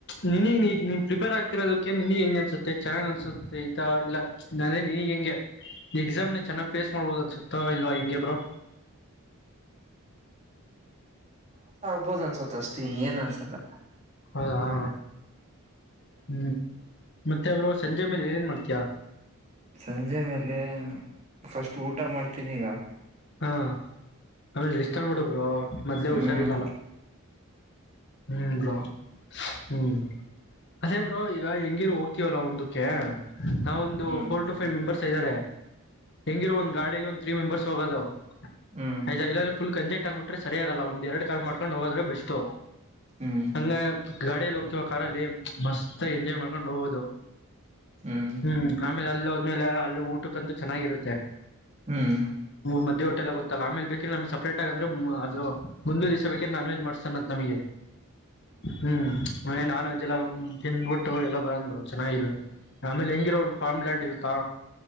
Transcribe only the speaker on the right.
ಆಗಬಹುದು ಅನ್ಸತ ಅಷ್ಟ ಇನ್ ಏನ್ಸಲ್ಲ
ಸಂಜೆ ಮೇಲೆ ಫಸ್ಟ್ ಊಟ ಮಾಡ್ತೀನಿ ಈಗ
ಹ್ಮ್
ಹ್ಮ್
ಹ್ಮ್
ಹ್ಮ್
ಹ್ಮ್
ಹ್ಮ್